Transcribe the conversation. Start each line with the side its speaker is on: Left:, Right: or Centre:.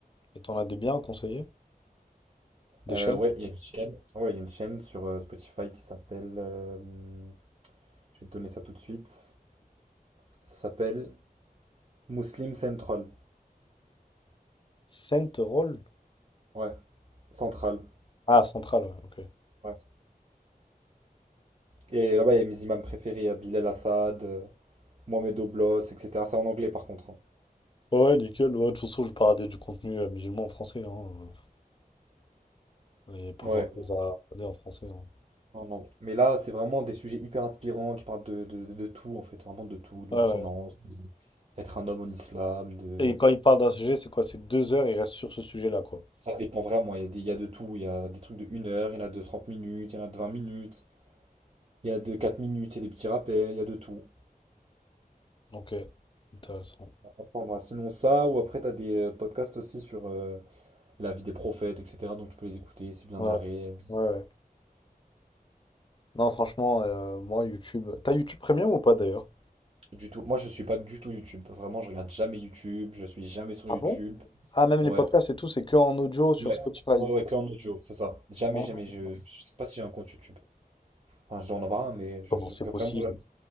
Left: Et t'en as des biens à conseiller? Des
Right: Euh,
Left: chaînes?
Right: ouais, il y a une chaîne. Ouais, il y a une chaîne sur euh, Spotify qui s'appelle. euh, je vais te donner ça tout de suite. Ça s'appelle Muslim Central.
Left: Central?
Right: Ouais, Central.
Left: Ah, Central, ouais, ok.
Right: Ouais. Et là-bas, il y a mes imams préférés. Il y a Bilal Assad, euh, Mohamed Oblos, etc. C'est en anglais par contre. hein.
Left: Ouais, ouais, nickel. Ouais, de toute façon, je vais pas regarder du contenu euh, musulman en français. hein. Il n'y a pas
Right: Ouais.
Left: grand-chose à regarder en français. hein.
Right: Non, non. Mais là, c'est vraiment des sujets hyper inspirants qui parlent de, de, de tout, en fait. Vraiment de tout. De
Left: Ouais,
Right: la finance,
Left: ouais.
Right: être un homme en islam, de.
Left: Et quand il parle d'un sujet, c'est quoi? C'est deux heures, il reste sur ce sujet-là, quoi.
Right: Ça dépend vraiment. Il y a des, il y a de tout. Il y a des trucs de une heure, il y en a de 30 minutes, il y en a de 20 minutes. Il y a de 4 minutes, c'est des petits rappels, il y a de tout.
Left: Ok, intéressant.
Right: À prendre. Sinon ça, ou après t'as des euh, podcasts aussi sur euh, la vie des prophètes, etc. Donc tu peux les écouter, c'est bien
Left: Ouais,
Right: narré.
Left: ouais, ouais. Non, franchement, euh, moi, YouTube. T'as YouTube Premium ou pas d'ailleurs?
Right: Du tout. Moi je suis pas du tout YouTube. Vraiment, je regarde jamais YouTube, je suis jamais sur
Left: Ah
Right: YouTube.
Left: bon? Ah, même les
Right: Ouais.
Left: podcasts et tout, c'est que en audio sur
Right: Ouais,
Left: Spotify.
Right: ouais, ouais, que en audio, c'est ça. Jamais,
Left: Ah,
Right: jamais. Je, je sais pas si j'ai un compte YouTube. Enfin, je dois en avoir un, mais je,
Left: Comment
Right: je
Left: c'est
Right: regarde
Left: possible?
Right: vraiment jamais.